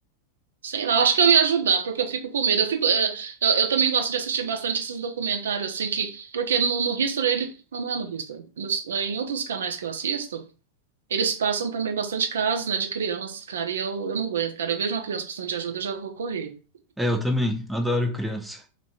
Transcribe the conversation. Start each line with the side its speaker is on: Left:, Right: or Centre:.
Right: sei lá, eu acho que eu ia ajudar, porque eu fico com medo. Eu fico, eh, eu, eu também gosto de assistir bastante esses documentários, assim, que. Porque no, no History, ele. Não, não é no History. Nos- é em outros canais que eu assisto, eles passam também bastante casos, né, de crianças, cara. E eu, eu não aguento, cara. Eu vejo uma criança precisando de ajuda, eu já vou correr.
Centre: É, eu também, adoro criança.